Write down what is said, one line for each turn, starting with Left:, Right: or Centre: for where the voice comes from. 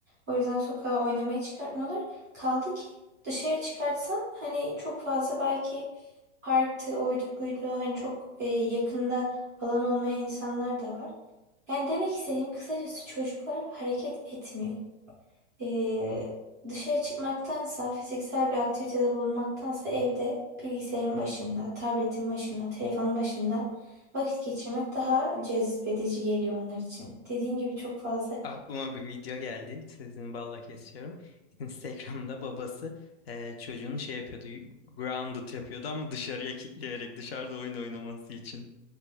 Right: O yüzden sokağa oynamaya çıkartmıyorlar. Kaldı ki dışarı çıkartsan hani çok fazla belki parktı, oydu buydu. Hani çok e, yakında alan olmayan insanlar da var. Yani demek istediğim kısacası çocuklar hareket etmiyor. E, dışarı çıkmaktansa, fiziksel bir aktivitede bulunmaktansa evde bilgisayarın başında, tabletin başında, telefonun başında vakit geçirmek daha cezbedici geliyor onlar için. Dediğin gibi çok fazla.
Left: aklıma bir video geldi. Sizin balla kesiyorum. <laughs> Instagram'da babası e, çocuğunu şey yapıyordu. Grounded yapıyordu ama dışarıya kilitleyerek dışarıda oyun oynaması için.